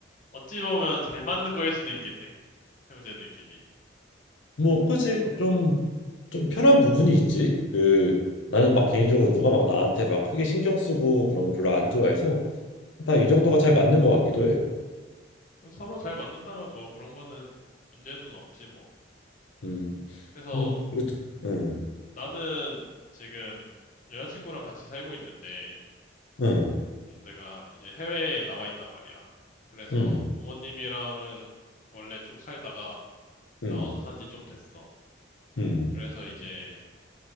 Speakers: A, on the left; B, on the left.
A: 어찌 보면 잘 맞는 거일 수도 있겠네, 형제들끼리.
B: 뭐 그치 좀좀 편한 부분이 있지. 그 나는 막 개인적으로 누가 막 나한테 막 크게 신경 쓰고 그런 거 별로 안 좋아해서 딱 이 정도가 잘 맞는 것 같기도 해.
A: 그럼 서로 잘 맞는다면 뭐 그런 거는 문제는 없지 뭐.
B: 음.
A: 그래서
B: 어, 이것도, 응,
A: 나는 지금 여자친구랑 같이 살고 있는데,
B: 응,
A: 음, 내가 이제 해외에 나와 있단 말이야. 그래서
B: 응,
A: 부모님이랑은 원래 쭉 살다가
B: 응,
A: 나와서 산지 좀 됐어.
B: 응,
A: 그래서 이제